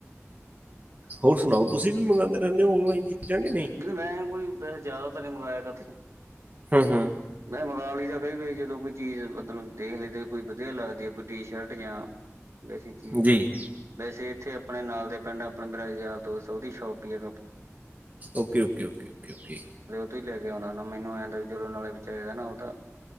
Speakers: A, on the right; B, on the right.
A: ਹੋਰ ਸੁਣਾਓ ਤੁਸੀਂ ਵੀ ਮੰਗਾਂਦੇ ਰਹਿੰਦੇ ਓਨਲਾਈਨ ਚੀਜ਼ਾਂ ਕੇ ਨਹੀਂ।
B: ਮੈਂ ਕੋਈ ਵੈਸੇ ਜ਼ਿਆਦਾ ਤਾਂ ਨਹੀਂ ਮੰਗਾਇਆ ਕਦੀ
A: ਹਮ।
B: ਮੈਂ ਮੰਗਗਾ ਲਈਦਾ ਕਈ ਵਾਰੀ ਜਦੋਂ ਕੋਈ ਚੀਜ਼ ਮਤਲਬ ਦੇਖ ਲਈ ਤੇ ਕੋਈ ਵਧੀਆ ਲੱਗਦੀ ਆ। ਕੋਈ ਟੀ ਸ਼ਰਟ ਜਾਂ ਵੈਸੇ ਚੀਜ਼
A: ਜੀ
B: ਕੁਝ ਵੈਸੇ ਇੱਥੇ ਆਪਣੇ ਨਾਲ ਦੇ ਪਿੰਡ ਆਪਣੇ ਮੇਰਾ ਯਾਰ ਦੋਸਤ ਉਹਦੀ ਸ਼ੋਪ ਪੀ ਆ।
A: Okay, okay, okay, okay, okay.
B: ਤੂਈ ਲੈ ਕੇ ਆਣਾ ਨਾ ਮੈਨੂੰ ਐਂਦਾ ਵੀ ਚਲੋ ਨਾਲੇ ਵਿਚਾਰੇ ਦਾ ਨਾ ਉਹ ਤਾਂ